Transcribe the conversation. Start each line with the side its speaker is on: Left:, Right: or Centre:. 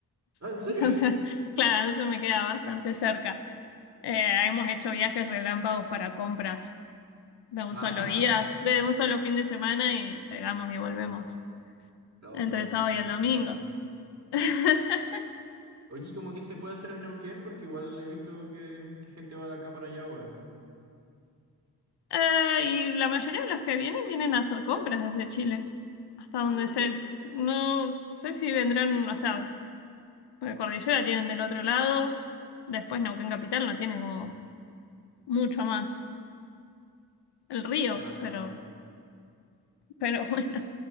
Right: Ah, ¿en
Left: <laughs>
Right: serio?
Left: Entonces,
Right: <laughs>
Left: claro, eso me queda bastante cerca. Eh, hemos hecho viajes relámpagos para compras de un
Right: Ah,
Left: solo día, de un solo fin de semana y llegamos y volvemos
Right: no,
Left: entre el sábado y
Right: qué
Left: el domingo.
Right: bacán.
Left: <laughs>
Right: Oye, ¿y cómo que se puede hacer en Neuquén? Porque igual he visto que, que gente va de acá para allá, weón.
Left: Eh, y la mayoría de los que vienen vienen a hacer compras desde Chile, hasta donde
Right: Ah, mira
Left: sé.
Right: tú.
Left: No sé si vendrán, o sea, porque Cordillera tienen del otro lado, después Neuquén Capital no tiene como mucho más. El río,
Right: Qué bacana.
Left: pero, pero <laughs> bueno.